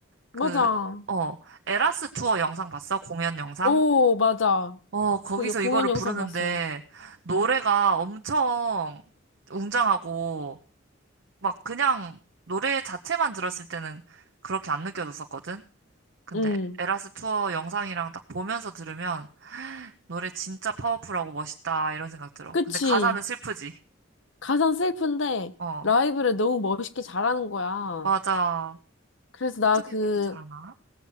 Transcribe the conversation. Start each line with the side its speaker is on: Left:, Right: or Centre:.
Left: 맞아.
Right: 그, 어, 에라스 투어 영상 봤어? 공연 영상?
Left: 오, 맞아.
Right: 어, 거기서
Left: 그 여- 공연
Right: 이거를
Left: 영상
Right: 부르는데,
Left: 봤어.
Right: 노래가 엄청 웅장하고, 막 그냥 노래 자체만 들었을 때는 그렇게 안 느껴졌었거든? 근데
Left: 응,
Right: 에라스 투어 영상이랑 딱 보면서 들으면, 노래 진짜 파워풀하고 멋있다 이런 생각 들어.
Left: 그치.
Right: 근데 가사는 슬프지.
Left: 가상 셀프인데
Right: 어,
Left: 라이브를 너무 멋있게 잘하는 거야.
Right: 맞아.
Left: 그래서
Right: 어떻게
Left: 나그
Right: 그렇게 잘하나?